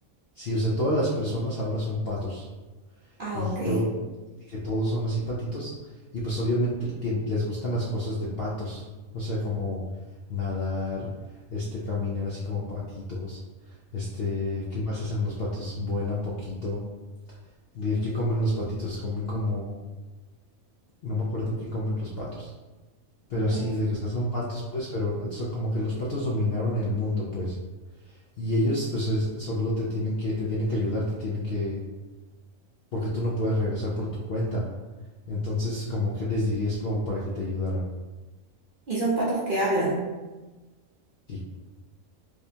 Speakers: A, on the left; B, on the right.
A: Sí, o sea, todas las personas ahora son patos
B: Ah,
A: y
B: ok.
A: todo, y que todos son así patitos y pues obviamente tien- les gustan las cosas de patos. O sea, como nadar, este, caminar así como patitos. Este, ¿qué más hacen los patos? Vuelan poquito. Dije, ¿qué comen los patitos? Comen como, no me acuerdo qué comen los patos, pero
B: Yo tomo-
A: así, de que estas son patos, pues, pero eso como que los patos dominaron el mundo, pues. Y ellos, pues, es- solo te tienen que, te tienen que ayudar, te tienen que, porque tú no puedes regresar por tu cuenta. Entonces, como que les dirías como para que te ayudaran.
B: Y son patos que hablan,
A: Sí,